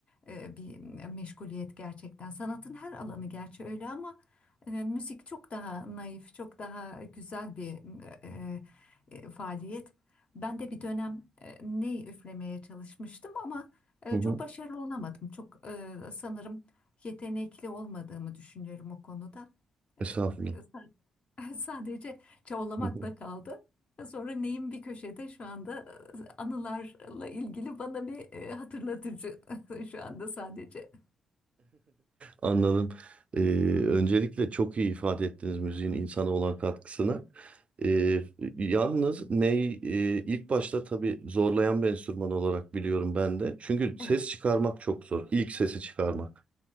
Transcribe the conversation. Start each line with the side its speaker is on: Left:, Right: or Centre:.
Left: eee, bir meşguliyet gerçekten. Sanatın her alanı gerçi öyle ama eee, müzik çok daha naif, çok daha güzel bir eee, eee, faaliyet. Ben de bir dönem eee, ney üflemeye çalışmıştım ama eee,
Right: Hı hı.
Left: çok başarılı olamadım. Çok eee, sanırım yetenekli olmadığımı düşünüyorum o konuda.
Right: Estağfurullah.
Left: Eee, <laughs> Sadece çabalamakla
Right: Hı hı. <laughs>
Left: kaldı. Sonra neyim bir köşede şu anda e, anılarla ilgili bana bir e, hatırlatıcı <laughs> şu anda sadece.
Right: Anladım. Ee, öncelikle çok iyi ifade ettiniz müziğin insana olan katkısını. Ee, yalnız ney e, ilk başta tabii zorlayan bir enstrüman olarak biliyorum ben de. Çünkü ses
Left: Evet,
Right: çıkarmak çok zor. İlk sesi çıkarmak.